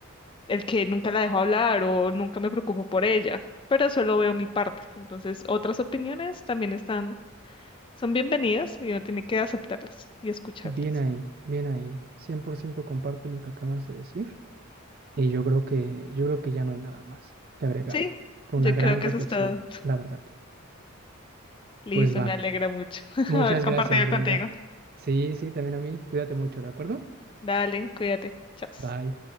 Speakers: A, on the left; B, on the right.
A: el que nunca la dejo hablar o nunca me preocupo por ella pero solo veo mi parte. Entonces, otras opiniones también están son bienvenidas y uno tiene que aceptarlas y escucharlas.
B: Bien ahí, bien ahí. cien por ciento comparto lo que acabas de decir. Y yo creo que, yo creo que ya no hay nada más que agregar.
A: Sí,
B: Fue
A: yo
B: una gran
A: creo que
B: reflexión,
A: eso es todo.
B: la verdad.
A: Listo,
B: Pues va.
A: me alegra mucho <laughs>
B: Muchas
A: haber compartido
B: gracias, Brenda.
A: contigo.
B: Sí, sí, también a mí. Cuídate mucho, ¿de acuerdo?
A: Dale, cuídate. Chao.
B: Bye.